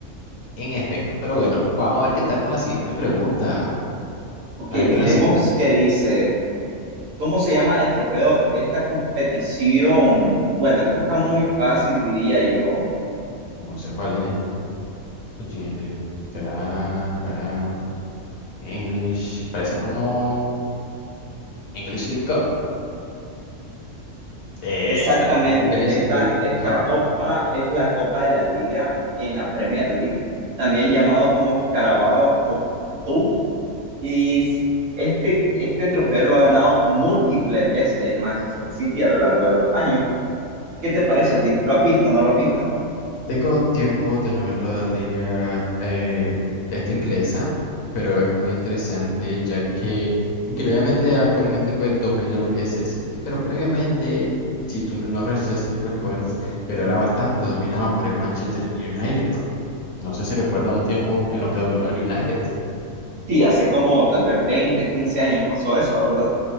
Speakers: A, on the left; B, on the right.
A: En efecto, pero bueno, vamos a ver qué tal con la siguiente pregunta.
B: Ok,
A: A ver
B: miremos
A: qué no sé.
B: qué dice. ¿Cómo se llama el trofeo de esta competición? Bueno, esta
A: Uh,
B: está muy fácil, diría yo.
A: no sé cuál es. Legendary. ¿Será Caraba? English. Parece como English League Cup. Eh,
B: Exactamente,
A: será English
B: esta,
A: League
B: esta
A: Cup.
B: copa es la Copa de la Liga en la Premier League, también llamado como Carabao Cup, Cup, y s- este, este trofeo lo ha ganado múltiples veces el Manchester City a lo largo de los años. ¿Qué te parece a ti? ¿Lo has visto o no lo has visto?
A: Tengo tiempo de no ver la liga eh, esta inglesa, pero es muy interesante ya que, aunque obviamente actualmente pues domina lo que es el City, pero previamente, si tú no, no re- sé si tú recuerdas, pero era bastante dominado por el Manchester United. No sé si recuerda un tiempo en lo que dominó el United.
B: Sí, hace como tal vez veinte quince años pasó eso, ¿verdad?